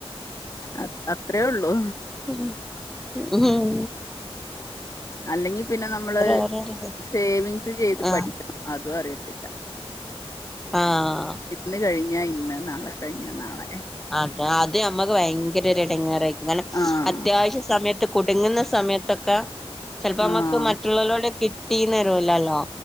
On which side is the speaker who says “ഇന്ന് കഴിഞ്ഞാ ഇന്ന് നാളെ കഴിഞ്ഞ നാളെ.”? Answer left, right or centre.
Left